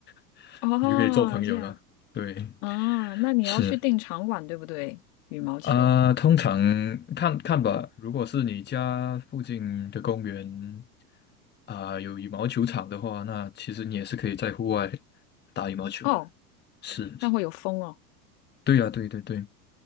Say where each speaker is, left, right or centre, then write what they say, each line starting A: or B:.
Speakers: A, on the left; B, on the left.
A: <laughs>
B: 哦，
A: 你就可以做朋友了。
B: 这样
A: 对，
B: 啊，那你要去订场馆，
A: 是。
B: 对不对？羽毛球
A: 啊，通常看看吧。如果是你家附近的公园啊，有羽毛球场的话，那其实你也是可以在户外打羽毛球的。
B: 哦，
A: 是，是
B: 那会有风哦。
A: 对呀，对对对。